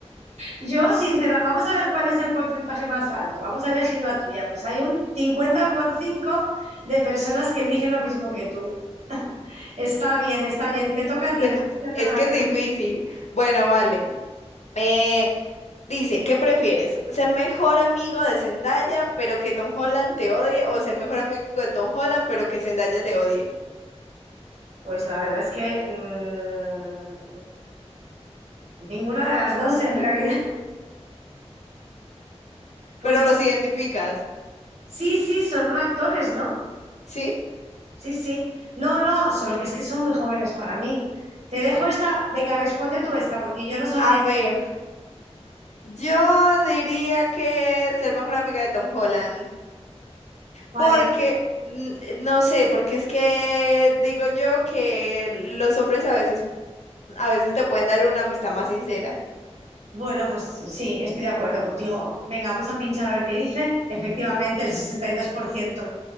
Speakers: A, on the right (about 80°); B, on the left (about 80°).
A: Yo, sinceramente, vamos a ver cuál es el porcentaje más alto. Vamos a elegir la tuya. Pues hay un cincuenta coma cinco de personas que eligen lo mismo que tú. Está bien, está bien. Te toca a ti.
B: Pues
A: me tienes que hacer
B: es
A: una
B: que es
A: pregunta.
B: difícil. Bueno, vale. Eh, dice, ¿qué prefieres? ¿Ser mejor amigo de Zendaya, pero que Tom Holland te odie? ¿O ser mejor amigo de Tom Holland, pero que Zendaya te odie?
A: Pues la verdad es que mm, ninguna de las dos en realidad. Pues
B: Pero los identificas,
A: sí, sí, son actores, ¿no?
B: ¿sí?
A: Sí, sí. No, no, solo que es que son muy jóvenes para mí. Te dejo esta, venga, responde tú esta, porque yo no sabría.
B: A ver, yo diría que ser mejor amiga de Tom Holland,
A: Vale,
B: porque n- no sé, porque es que digo yo que los hombres a veces a veces te pueden dar una amistad más sincera.
A: bueno, pues sí, estoy de acuerdo contigo. Venga, vamos a pinchar a ver qué dice. Efectivamente, el 62%.